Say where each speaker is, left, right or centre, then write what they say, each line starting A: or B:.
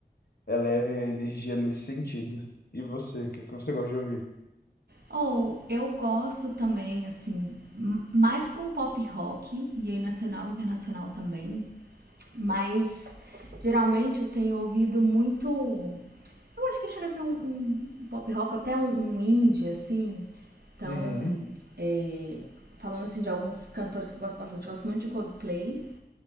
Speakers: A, on the left; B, on the right.
A: elevem a energia nesse sentido. E você, o que é que você gosta de ouvir?
B: Ou eu gosto também, assim, m- mais para um pop rock, e aí nacional e internacional também, mas geralmente eu tenho ouvido muito. Eu acho que chega a ser um, um pop rock, até um, um indie, assim. Então,
A: Uhum,
B: é, falando assim de alguns cantores que eu gosto bastante, eu gosto muito de Coldplay,